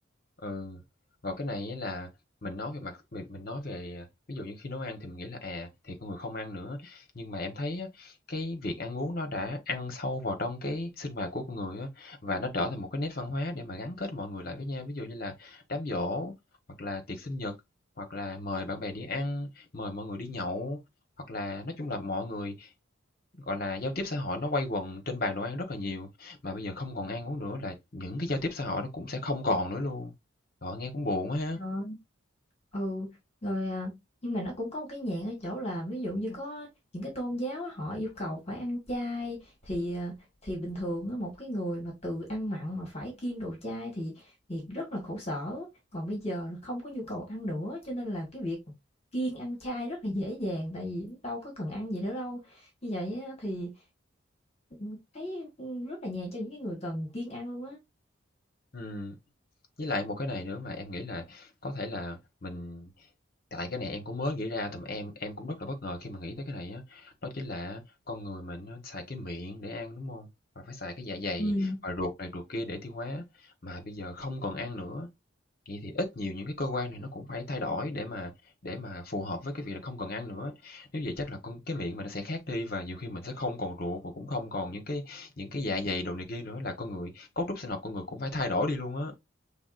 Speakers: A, on the left; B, on the left.
A: Ừ, rồi cái này á là mình nói về mặt mình mình nói về, à, ví dụ như khi nấu ăn thì mình nghĩ là, à, thì con người không ăn nữa, nhưng mà em thấy á, cái việc ăn uống nó đã ăn sâu vào trong cái sinh hoạt của con người á, và nó trở thành một cái nét văn hóa để mà gắn kết mọi người lại với nhau. Ví dụ như là đám giỗ, hoặc là tiệc sinh nhật, hoặc là mời bạn bè đi ăn, mời mọi người đi nhậu, hoặc là nói chung là mọi người Gọi là, giao tiếp xã hội nó quay quần trên bàn đồ ăn rất là nhiều, mà bây giờ không còn ăn uống nữa là những cái giao tiếp xã hội nó cũng sẽ không còn nữa luôn. Trời nghe cũng buồn quá ha.
B: Rồi. Ừ, rồi, à, nhưng mà nó cũng có một cái nhạn ở chỗ là ví dụ như có những cái tôn giáo á, họ yêu cầu phải ăn chay thì, à, thì bình thường á, một cái người mà từ ăn mặn mà phải kiêng đồ chay thì thì rất là khổ sở, còn bây giờ là không có nhu cầu ăn nữa cho nên là cái việc kiêng ăn chay rất là dễ dàng tại vì đâu có cần ăn gì nữa đâu. Như vậy á thì Ừm, thấy, ưm, rất là nhàn cho những cái người cần kiêng ăn luôn á.
A: Ừm, với lại một cái này nữa mà em nghĩ là có thể là mình tại cái này em cũng mới nghĩ ra, tụi em em cũng rất là bất ngờ khi mà nghĩ tới cái này á, đó chính là con người mình nó xài cái miệng để ăn, đúng không Và phải xài cái dạ dày
B: Ừm.
A: và ruột này ruột kia để tiêu hóa, mà bây giờ không còn ăn nữa Vậy thì ít nhiều những cái cơ quan này nó cũng phải thay đổi để mà để mà phù hợp với cái việc là không cần ăn nữa. Nếu vậy chắc là con cái miệng mình nó sẽ khác đi và nhiều khi mình sẽ không còn ruột và cũng không còn những cái những cái dạ dày đồ này kia nữa, là con người cấu trúc sinh học con người cũng phải thay đổi đi luôn á.